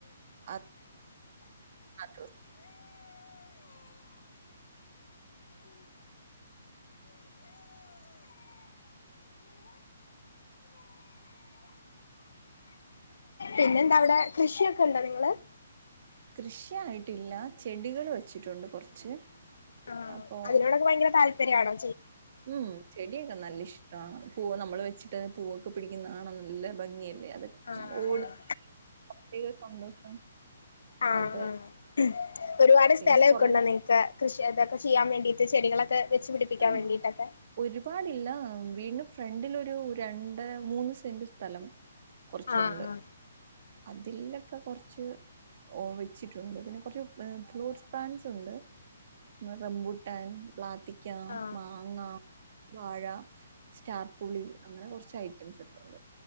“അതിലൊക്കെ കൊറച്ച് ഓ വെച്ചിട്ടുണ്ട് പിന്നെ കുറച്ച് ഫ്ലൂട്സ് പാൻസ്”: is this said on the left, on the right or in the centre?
Right